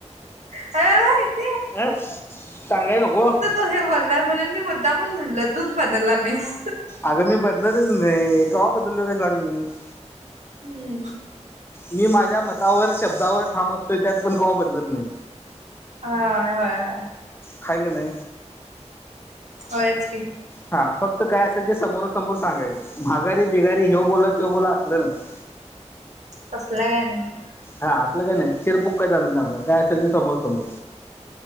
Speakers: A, on the right; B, on the left.
A: अ
B: अ सांगाय नको -
A: तो हे बोलणार म्हणून मी मुद्दामून म्हणल तूच बदलला नाहीस -
B: अगं मी बदलतच नाही कवा बदलोय काय सांग मी -
A: हम्म
B: मी माझ्या मतावर शब्दावर ठाम असतोय त्यात पण कव बदलत नाही
A: ह होय हय
B: खाल ना
A: होयच की
B: हा फक्त काय असेल ते समोर समोर सांगायचं मघारी बिघारी हे बोला तेव बोला असलं नाही
A: तसला का नाही
B: हा असलं काही नाही चिरपुक काय चालत नाही आप काय असेल ते समोर समोर